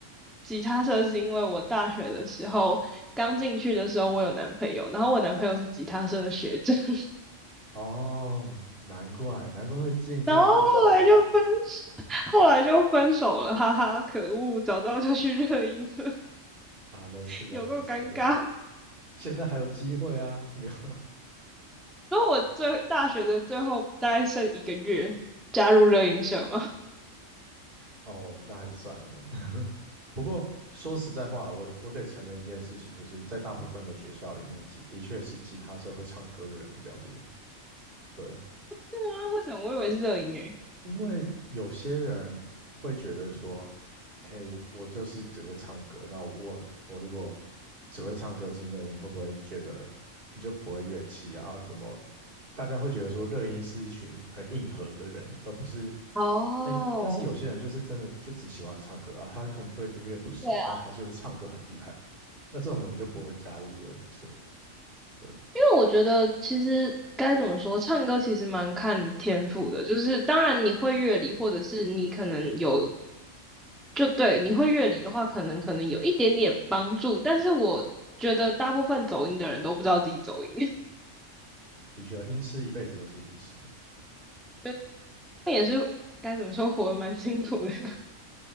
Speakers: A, in the centre; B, on the right.
A: 吉他社，是因为我大学的时候刚进去的时候，我有男朋友，然后我男朋友是吉他社的学长，<laughs>
B: 哦，难怪，难怪会进这个地方
A: 然后后来就分手，<laughs> 后来就分手了，哈哈，可恶，早知道就去热音社，
B: 啊！没事的，
A: <laughs> 有够尴尬。
B: 没事，
A: <laughs>
B: 现在还有机会啊，没有
A: 然后我最大学的最后大概剩一个月加入热音社嘛，<laughs>
B: <laughs> 哦，那还是算了。<laughs> 不过说实在话了，我我得承认一件事情，就是在大部分的学校里面，吉的确是吉他社会唱歌的人比较多。对，
A: 对啊，为什么我以为是热音诶、欸
B: 因为有些人会觉得说，哎，我就是只会唱歌，那我我如果只会唱歌进乐音，会不会觉得你就不会乐器啊？什么大家会觉得说乐音是一群很硬核的人，而不是
A: 哦，
B: 哎，但是有些人就是真的就只喜欢唱歌啊，他可能对音乐不熟，
A: 对啊，
B: 但他就是唱歌很厉害，那这种人就不会加入热音社。对，
A: 因为我觉得其实该怎么说，唱歌其实蛮看天赋的，就是当然你会乐理，或者是你可能有，就对，你会乐理的话，可能可能有一点点帮助，但是我觉得大部分走音的人都不知道自己走音，
B: 的确啊，音痴一辈子都是音痴，
A: 觉得他也该怎么说，活得蛮辛苦的。<laughs>